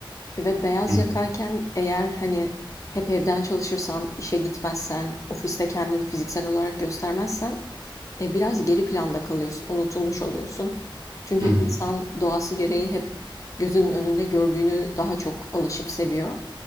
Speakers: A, on the left; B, on the right.
A: Ve beyaz
B: Hı hı.
A: yakayken eğer hani hep evden çalışırsan, işe gitmezsen, ofiste kendini fiziksel olarak göstermezsen e, biraz geri planda kalıyorsun, unutulmuş oluyorsun. Çünkü
B: Hı hı.
A: insan doğası gereği hep gözünün önünde gördüğünü daha çok alışıp seviyor.